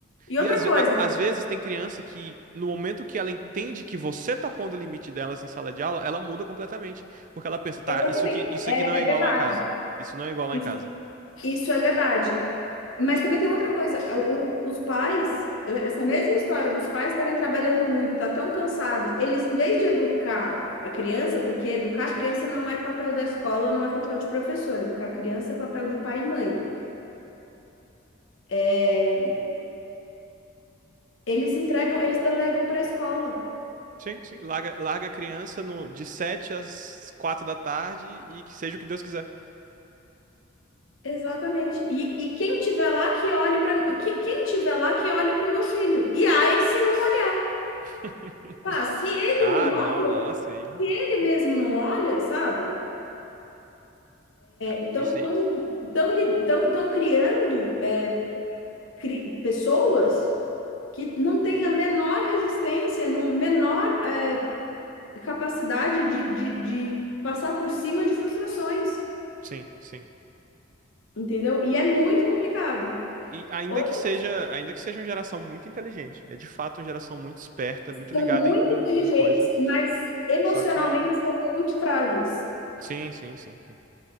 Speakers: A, on the left; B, on the right.
A: E
B: E
A: outra
B: às,
A: coisa,
B: ve- a- às vezes tem criança que, no momento que ela entende que você tá pondo o limite delas em sala de aula, ela muda completamente. Porque ela pensa, tá,
A: exatamente,
B: isso aqui, isso
A: é,
B: aqui não é
A: é
B: igual
A: verdade.
B: lá em casa. Isso não é igual lá
A: Isso
B: em casa.
A: isso é verdade. Mas também tem outra coisa, o- os pais, essa mesma história dos pais estarem trabalhando muito, tá tão cansado, eles em vez de educar a criança, porque educar a criança não é papel da escola, não é papel de professor, educar a criança é papel de pai e mãe. É, eles entregam, eles delegam para a escola.
B: Sim, sim. Larga, larga a criança no, de 7 às quatro da tarde e que seja o que Deus quiser.
A: Exatamente. E, e quem tiver lá que olhe para quem tiver lá que olhe para o meu filho. E aí se não olhar,
B: <laughs>
A: pá, se ele
B: Ah,
A: não
B: não,
A: olha,
B: nossa, hein?
A: ele mesmo não olha, sabe?
B: Ca-
A: Estão
B: Isso aí.
A: estão criando é, cri- pessoas que não têm a menor resistência, não, menor é, capacidade de, de, de passar por cima de frustrações,
B: Sim, sim.
A: entendeu? E é muito complicado.
B: E ainda
A: Outros
B: que seja, ainda que seja uma geração muito inteligente, é de fato uma geração muito esperta, muito
A: são
B: ligada
A: muito
B: em,
A: inteligentes,
B: em em coisa.
A: mas emocionalmente
B: Só que.
A: são muito frágeis,
B: Sim, sim, sim.